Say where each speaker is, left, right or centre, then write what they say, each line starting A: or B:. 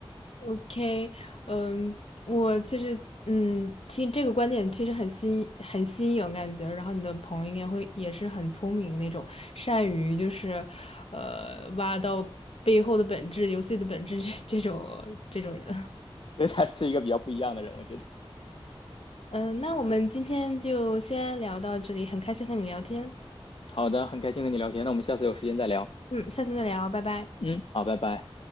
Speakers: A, on the left; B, on the left.
A: OK，嗯，我其实，嗯，听这个观点其实很新，很新颖感觉。然后你的朋友应该会也是很聪明那种，善于就是，呃，挖到背后的本质、游戏的本质这这种这种人。<laughs>
B: 所以他是一个比较不一样的人，我觉得。
A: 嗯，那我们今天就先聊到这里，很开心和你聊天。
B: 好的，很开心和你聊天，那我们下次有时间再聊。
A: 嗯，下次再聊，拜拜。
B: 嗯，好，拜拜。